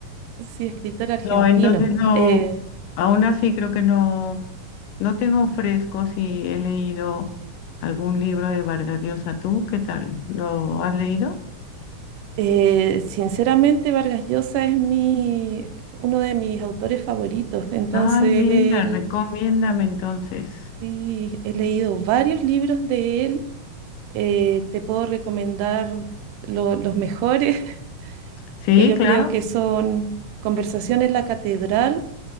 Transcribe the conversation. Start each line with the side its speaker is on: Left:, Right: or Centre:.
Right: sí, escritor argentino.
Left: No, entonces no,
Right: Eh,
Left: aún así creo que no, no tengo fresco si he leído algún libro de Vargas Llosa. ¿Tú qué tal? ¿Lo has leído?
Right: Eh, sinceramente, Vargas Llosa es mi, uno de mis autores favoritos. Entonces,
Left: Ay, mira,
Right: él,
Left: recomiéndame entonces.
Right: sí, he leído varios libros de él. Eh, te puedo recomendar lo- los mejores, <laughs>
Left: Sí,
Right: que yo
Left: claro.
Right: creo que son Conversación en la Catedral,